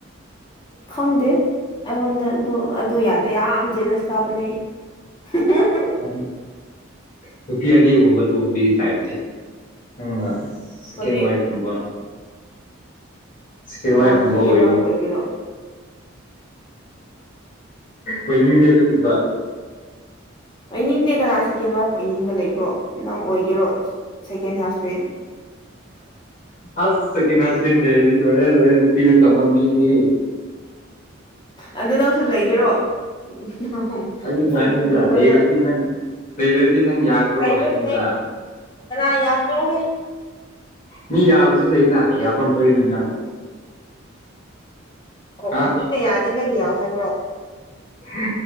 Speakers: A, on the left; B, on the left.
A: ꯈꯪꯗꯦ ꯑꯩꯉꯣꯟꯗ ꯑꯗꯨ ꯑꯗꯨ ꯌꯥꯗꯦ ꯌꯥꯝ ꯖ‌ꯦꯂꯁ ꯀꯥꯕꯅꯦ ꯑꯩ <inaudible>
B: ꯑ ꯅꯨꯄꯤ ꯑꯅꯤꯒꯨꯝꯕ ꯂꯣꯟꯕꯒꯤ ꯇꯥꯏꯞꯇꯤ ꯅꯪꯅ ꯁꯦꯀ‌ꯦꯟ
A: ꯀꯔꯤ
B: ꯋꯥꯏꯐ ꯒꯨꯝꯕ ꯁ‌ꯦꯀ‌ꯦꯟ
A: ꯀꯅꯥꯅ
B: ꯋꯥꯏꯐ ꯀꯨꯝꯕ
A: ꯁꯦꯀꯦꯟ
B: ꯑꯣꯏꯌ‌ꯣ
A: ꯋꯥꯏꯐ ꯑꯣꯏꯒꯦꯔꯣ
B: ꯑꯣꯏꯅꯤꯡꯗ‌ꯦ ꯑꯗꯨꯒꯨꯝꯕ
A: ꯑꯣꯏꯅꯤꯡꯗꯦꯗ ꯀꯅꯥ ꯁꯦꯀꯦꯟ ꯋꯥꯏꯐ ꯑꯣꯏꯅꯤꯡꯕ ꯂꯩꯕ꯭ꯔꯣ ꯅꯪ ꯑꯣꯏꯒꯦꯔꯣ ꯁꯦꯀꯦꯟ ꯍꯖꯕꯦꯟ
B: ꯑꯁ ꯁ‌ꯦꯀ‌ꯦꯟ ꯍꯖꯕꯦꯟ ꯂꯩꯔꯗꯤ ꯂꯣꯏꯔ‌ꯦ ꯂꯣꯏꯔ‌ꯦ ꯅꯨꯄꯤꯗ ꯇꯧꯉꯝ ꯕꯤꯅ‌ꯦꯍ‌ꯩ
A: ꯑꯗꯨ ꯅꯪꯁꯨ ꯂꯩꯒꯦꯔꯣ ꯎꯝ ꯌꯥꯝ
B: ꯑꯩꯅ
A: ꯐꯨꯅꯤꯡꯉꯤꯀ‌ꯣ
B: ꯍꯥꯏꯕꯅꯤꯗ ꯂꯩꯔꯗꯤ
A: ꯅꯪ
B: ꯂꯩꯔꯗꯤ ꯅꯪ ꯌꯥꯒ꯭ꯔꯣ
A: ꯂꯩꯔꯣꯏ
B: ꯍꯥꯏꯕꯅꯤꯗ
A: ꯂꯩꯔꯣꯏ <unintelligible> ꯀꯅꯥ ꯌꯥꯒ‌ꯦꯔꯣꯍꯦ
B: ꯃꯤ ꯌꯥꯕꯁꯨ ꯂꯩꯅ ꯌꯥꯐꯝ ꯊꯣꯛꯏꯅ ꯅ
A: ꯑꯣ
B: ꯍꯥ
A: ꯑꯣ ꯃꯤꯅ ꯌꯥꯔꯗꯤ ꯅ‌ꯣꯏꯅ ꯌꯥꯎ ꯍꯥꯏꯕ꯭ꯔꯣ
B: ꯍ